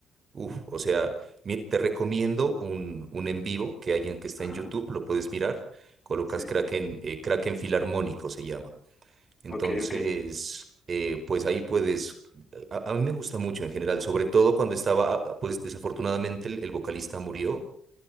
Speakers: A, on the right; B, on the left.
A: Uf, o sea, mi- te recomiendo un, un en vivo que hay en que está
B: Ajá,
A: en YouTube, lo puedes mirar. Colocas
B: sí.
A: Kraken, eh, Kraken Filarmónico se llama. Entonces,
B: Ok, ok.
A: eh, pues ahí puedes. A, a mí me gusta mucho en general, sobre todo cuando estaba, ah, pues desafortunadamente el, el vocalista murió